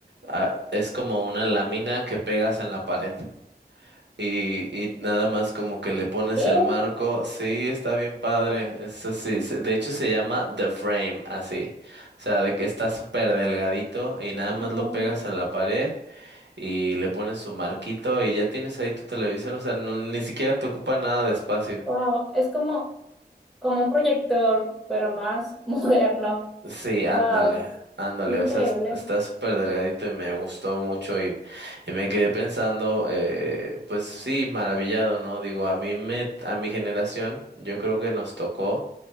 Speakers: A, on the right; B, in the centre.
A: ah, es como una lámina que pegas en la pared. Y, y nada más como que le pones
B: ¿Qué?
A: el marco, sí, está bien padre, eso sí, se- de hecho se llama The Frame, así, o sea, de que está súper delgadito y nada más
B: Ujú.
A: lo pegas en la pared y le pones su marquito y ya tienes ahí tu televisión, o sea, no- ni siquiera te ocupa nada de espacio.
B: Wow, es como, como un proyector, pero más <laughs> moderno.
A: Sí, ándale,
B: Wow.
A: ándale,
B: Increíble.
A: o sea, es- está súper delgadito y me gustó mucho y, y me quedé pensando, eh, pues sí, maravillado, ¿no? Digo, a mí me, a mi generación, yo creo que nos tocó